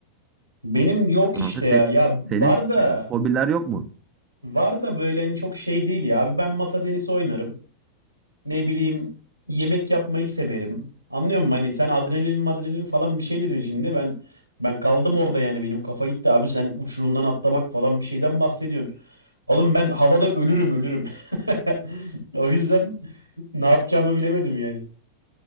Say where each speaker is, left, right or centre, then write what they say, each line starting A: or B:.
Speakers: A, on the right; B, on the right.
A: benim yok
B: kanka
A: işte ya.
B: se-
A: Ya var
B: senin
A: da
B: hobiler yok mu?
A: var da böyle hani çok şey değil ya. Abi ben masa tenisi oynarım. ne bileyim yemek yapmayı severim. Anlıyor musun? Hani sen adrenalin madrenalin falan bir şey dedin şimdi. Ben ben kaldım orada yani benim kafa gitti abi sen uçurumdan atlamak falan bir şeyden bahsediyorsun. Oğlum ben havada ölürüm ölürüm. <laughs> O yüzden ne yapacağımı bilemedim yani.